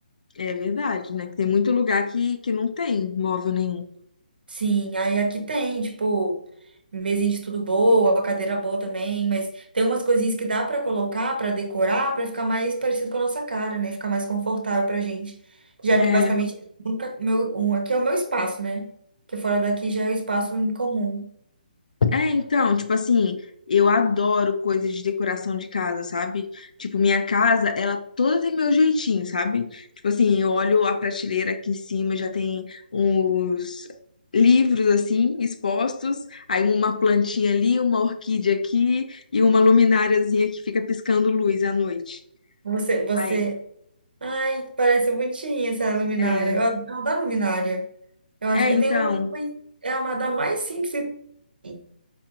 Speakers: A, on the left; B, on the right.
A: É verdade, né? Que tem muito lugar que, que não tem móvel nenhum.
B: Sim, aí aqui tem, tipo, mesinha de estudo boa, cadeira boa também, mas tem umas coisinhas que dá pra colocar, pra decorar, pra ficar mais parecido com a nossa cara, né? Ficar mais confortável pra gente. Já
A: É.
B: que basicamente nunca meu, um, aqui é o meu espaço, né? Porque fora daqui já é o espaço em comum.
A: É, então, tipo assim, eu adoro coisas de decoração de casa, sabe? Tipo, minha casa, ela toda tem meu jeitinho, sabe? Tipo assim, eu olho a prateleira aqui em cima, já tem uns livros assim expostos, aí uma plantinha ali, uma orquídea aqui e uma lumináriazinha que fica piscando luz à noite.
B: Você, você.
A: Aí,
B: Ai, parece bonitinha essa luminária.
A: é,
B: Eu ad- eu adoro luminária. Eu acho,
A: é, então,
B: eu tenho uma que foi- é uma da mais simples. que tem.